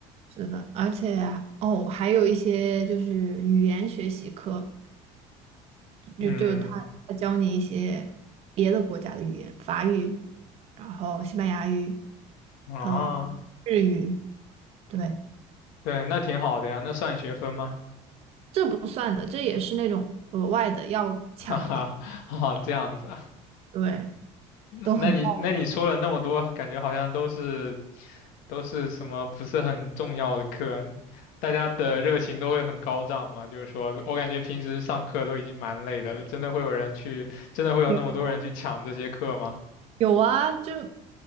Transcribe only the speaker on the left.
嗯，
啊，
对，那挺好的呀，那算学分吗？
<laughs> 哈哈，啊，这样子啊。
那那你那你说了那么多，
感觉好像都是都是什么不是很重要的课啊，大家的热情都会很高涨嘛。就是说我感觉平时上课都已经蛮累的了，真的会有人去，真的会有那么多人去抢这些课吗？